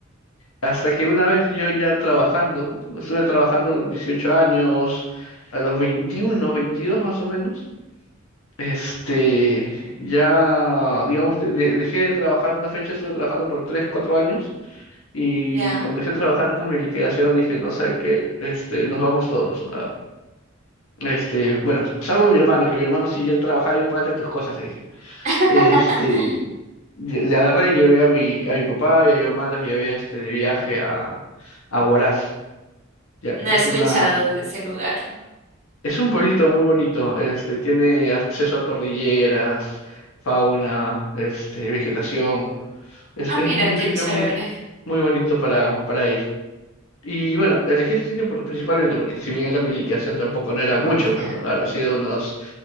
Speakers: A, on the left; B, on the right.
A: hasta que una vez yo ya trabajando, estuve trabajando 18 años, a los 21, 22 más o menos. Este, ya, digamos, de- de- dejé de trabajar una fecha, estuve trabajando por 3, 4 años y
B: Ya.
A: cuando dejé de trabajar con mi liquidación dije, no sé qué, este, nos vamos todos, este, bueno, salvo mi hermano, que mi hermano si yo trabajaba, yo págate tus cosas, le dije.
B: <laughs>
A: Este, lle- le agarré y llevé a mi, a mi papá y a mi mamá, las llevé este, de viaje a, a Huaraz, ya,
B: No
A: que
B: he
A: es
B: escuchado
A: una,
B: de ese lugar.
A: es un pueblito muy bonito, este, tiene acceso a cordilleras, fauna, este, vegetación. Es,
B: Ah,
A: es
B: mira,
A: un
B: qué
A: sitio
B: chévere.
A: muy, muy bonito para, para ir. Y bueno, elegí ese sitio por- principalmente porque si bien era mi liquidación tampoco no era
B: Mm,
A: mucho,
B: Ya,
A: pues, ¿no? Ahora ha sido unos